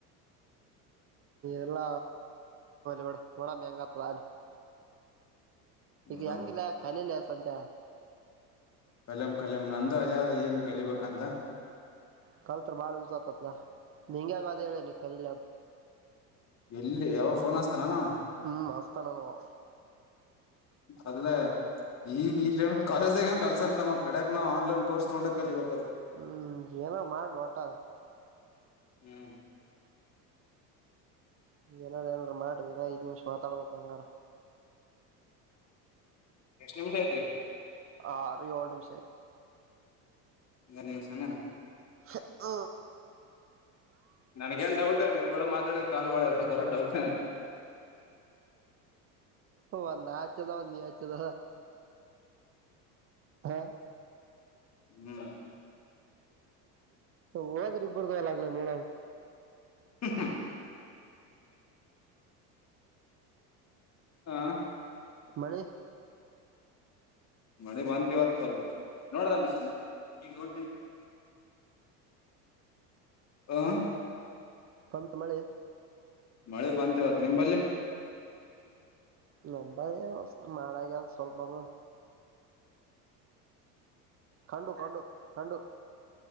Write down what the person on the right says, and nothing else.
ಎಲ್ಲ ಬಡ ಬಡ ಮೇಂಗತ್ ಅ <unintelligible> ಈಗ
ಹೆಂಗಿಲ್ಲ ಕಲಲ ಸಂತೆ
ಕಲ್ತ್ರ ಬಾಳ ಇತತ್ಲಾ ನಿಂಗಾಗ ಅದ ಹೇಳೇನ ಕರಲ ಅಂತ <unintelligible>
ಹ್ಮ್ ಮಸ್ತಾನ ನಾವು
ಹ್ಮ್ ಏನ ಮಾಡ್ರಿ ಒಟ
ಈಗಏನಾರ ಏನಾರ ಮಾಡ್ರಿಏ ಐದ್ಮಿಷ ಮಾತಾಡ್ಬೇಕಕ್ ಹಂಗಾರ
ಆ ಅೋಳ ನಿಮಿಷಯ
ಹ ಹ
ಒಂದ ಆಚದ ಒಂದ ಹಚದ <unintelligible> ಹಾ
ಹೋದ್ರಿಬ್ಬ್ರದು ಒಲ ಆಗ್ಲ ನೋಡ
ಮಳಿ
ಪಂತ್ ಮಳೆ
ನಂಬ ಮಾಡಾಗ ಅ ಸ್ವಲ್ಪಂದು ಕಂಡು ಕಂಡು ಕಂಡು